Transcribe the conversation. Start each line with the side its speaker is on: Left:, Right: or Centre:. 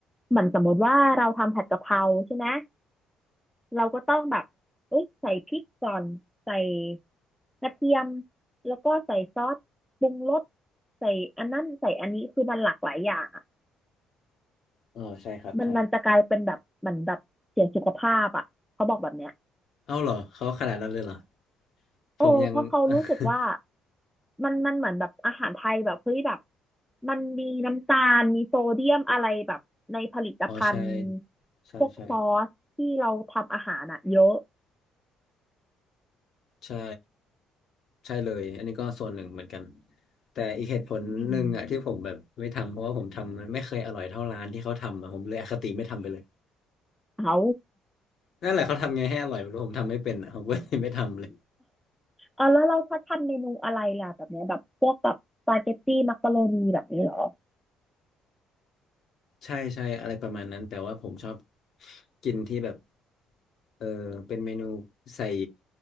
Centre: เหมือนสมมติว่าเราทำผัดกะเพราใช่ไหม เราก็ต้องแบบเอะใส่พริกก่อนใส่กระเทียมแล้วก็ใส่ซอสปรุงรสใส่อันนั้นใส่อันนี้คือมันหลากหลายอย่างอะ
Left: อ๋อใช่ครับใช่
Centre: มันมันจะกลายเป็นแบบเหมือนแบบเสียสุขภาพอ่ะเขาบอกแบบเนี้ย
Left: เอาเหรอเขาขนาดนั้นเลยเหรอ
Centre: โอ้เพราะเขารู้สึกว่า
Left: ผมยัง <laughs>
Centre: มันมันเหมือนแบบอาหารไทยแบบเฮ้ยแบบมันมีน้ำตาลมีโซเดียมอะไรแบบในผลิตภัณฑ์
Left: อ๋อใช่ใช่ใช่
Centre: พวกซอสที่เราทำอาหารอ่ะเยอะ
Left: ใช่ใช่เลยอันนี้ก็ส่วนหนึ่งเหมือนกันแต่อีกเหตุผลหนึ่งอ่ะที่ผมแบบไม่ทำเพราะว่าผมทำมันไม่เคยอร่อยเท่าร้านที่เขาทำอะผมเลยอคติไม่ทำไปเลย
Centre: อืมเอา
Left: นั่นแหละเขาทำไงให้อร่อยไม่รู้ผมทำไม่เป็นอะผมก็เลยไม่ทำเลย
Centre: อ๋อแล้วเราเขาทำเมนูอะไรล่ะแบบเนี้ยแบบพวกแบบสปาเกตตี้มักกะโรนีแบบนี้เหรอ
Left: ใช่ใช่อะไรประมาณนั้นแต่ว่าผมชอบกินที่แบบเออเป็นเมนูใส่